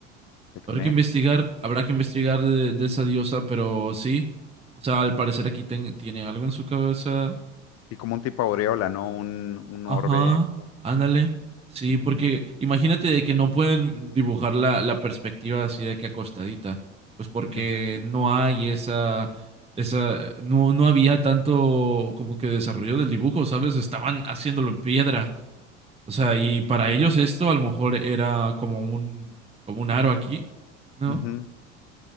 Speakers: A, on the left (about 45°); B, on the right (about 15°).
A: Sekhmet.
B: Habrá que investigar, habrá que investigar de, de esa diosa, pero sí. O sea, al parecer aquí ten- tiene algo en su cabeza.
A: Sí, como un tipo aureola, ¿no? Un, un
B: Ajá,
A: orbe.
B: ándale. Sí,
A: Ujú,
B: porque imagínate de que no pueden dibujar la, la perspectiva así de que acostadita. Pues porque
A: ujú,
B: no hay esa, esa, no, no había tanto como que desarrollo del dibujo, ¿sabes? Estaban haciéndolo en piedra. O sea, y para ellos esto a lo mejor era como un, como un aro aquí, ¿no?
A: ujú.